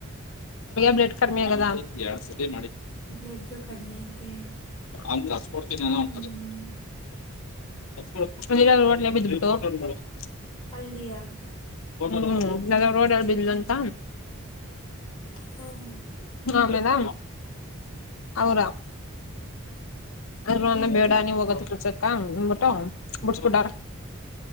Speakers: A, on the left (about 70°); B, on the left (about 25°).
A: ಬ್ಲಡ್ ಕರ್ಮಿ ಆಗದ ಸರಿ
B: ಬ್ಲಡ್ ಕಡಿಮೆ ಅಂತೆ
A: ಅಂತ ಸ್ಫರ್ನ ಉಂಟ
B: ಹ್ಮ್
A: ಟ್ಟ <inaudible>
B: ಅಲದಿಯಾ
A: ಹ್ಮ ರೋಡ ಬಲ್ಂತ
B: ಹ ಹ್ಮ್
A: ಆಮೇಲೆ ಅವ್ರ ಅದ್ರನ್ನ
B: ಈಗ್
A: ಬೇಡ
B: ಬಿಟ್ಟ
A: ನೀವ್ ಹೋಗದ ಕೆಲ್ಸಕ್ಕ ಅಂದ್ಬಿಟ್ಟು
B: ಹ್ಮ್
A: ಬಿಡ್ಸ್ಬಿಟಾರ.